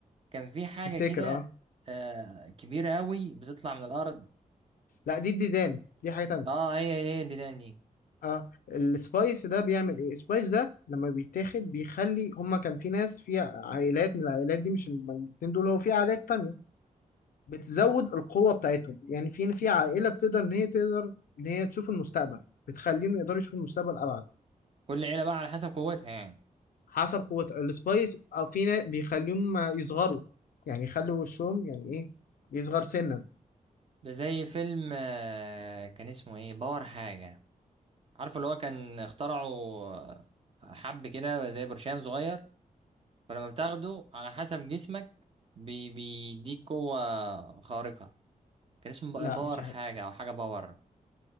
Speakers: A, on the right; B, on the left.
A: كان في حاجة
B: تفتكر
A: كده
B: اه
A: آه كبيرة قوي بتطلع من الارض
B: لا دي الديدان دي حاجة تانية
A: اه هي هي دي
B: اه السبايس ده بيعمل ايه السبايس ده لما بيتاخد بيخلي هما كان في ناس في عائلات من العائلات دي مش الاتنين دول هو في عائلات تانية بتزود القوة بتاعتهم يعني في في عائلة بتقدر ان هي تقدر ان هي تشوف المستقبل بتخليهم يقدروا يشوفوا المستقبل ابعد
A: كل عيلة بقى على حسب قوتها يعني
B: حسب قوة السبايس او في ناس بيخليهم يصغروا يعني يخلوا وشهم يعني ايه يصغر سنا
A: ده زي فيلم آه، كان اسمه ايه باور حاجة عارف اللي هو كان اخترعه آه، حب كده زي برشام صغير فلما بتاخده على حسب جسمك بي- بيديك قوة خارقة كان اسمه
B: لا
A: بقى باور
B: مش عارف
A: حاجة او حاجة باور